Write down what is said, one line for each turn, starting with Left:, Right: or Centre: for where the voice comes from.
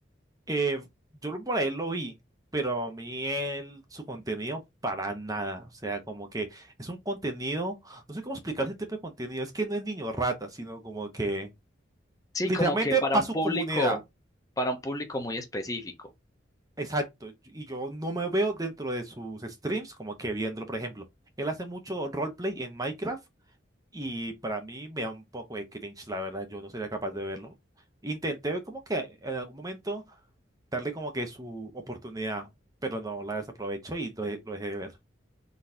Right: Eh, yo lo- por ahí lo vi, pero a mí el, su contenido para nada. O sea, como que es un contenido, no sé cómo explicar ese tipo de contenido. Es que no es niño rata, sino como que
Left: Sí,
Right: literalmente
Left: como que para
Right: para
Left: un
Right: su
Left: público,
Right: comunidad.
Left: para un público muy específico.
Right: Exacto. Y yo no me veo dentro de sus streams como que viéndolo, por ejemplo. Él hace mucho roleplay en Minecraft y para mí me da un poco de cringe, la verdad. Yo no sería capaz de verlo. Intenté ver como que en algún momento darle como que su oportunidad, pero no la desaprovecho y lo, de- lo dejé de ver.